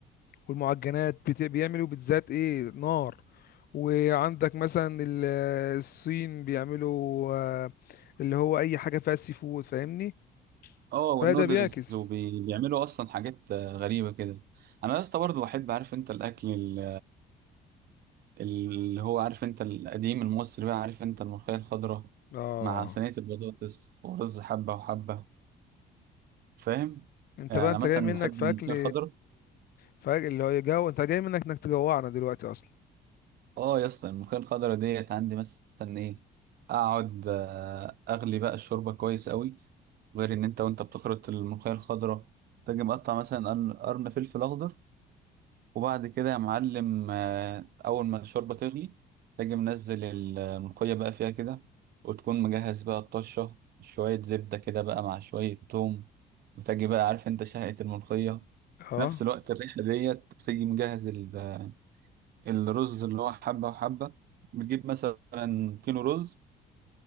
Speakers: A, on the left (about 65°); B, on the right (about 65°).
A: والمعجنات بت... بيعملوا بيتزات ايه نار وعندك مثلا ال- الصين بيعملوا آه، اللي هو اي حاجه فيها سي فود فاهمني
B: اه والنودلز
A: فده بيعكس
B: وبيعملوا اصلا حاجات آه، غريبه كده انا يا اسطى برضه بحب عارف انت الاكل ال- اللي هو عارف انت القديم المصري بقى عارف انت الملوخيه الخضراء
A: اه
B: مع صينيه البطاطس ورز حبه وحبه فاهم
A: انت
B: يعني
A: بقى
B: انا
A: انت
B: مثلا
A: جاي منك
B: بحب
A: في
B: الملوخيه
A: اكل
B: الخضراء
A: فاكل اللي هو يجو انت جاي منك انك تجوعنا دلوقتي اصلا
B: اه يا اسطى الملوخيه الخضراء ديت عندي مثلا ايه اقعد آه، اغلي بقى الشوربه كويس قوي غير ان انت وانت بتخرط الملوخيه الخضراء تجي مقطع مثلا قرن قرن فلفل اخضر وبعد كده يا معلم آه، أول ما الشوربة تغلي تجي منزل الملوخية بقى فيها كده وتكون مجهز بقى الطشة شوية زبدة كده بقى مع شوية توم وتجي بقى عارف انت شهقة الملوخية
A: اه
B: في نفس الوقت الريحة ديت بتيجي مجهز ال- الرز اللي هو حبة وحبة بتجيب مثلا كيلو رز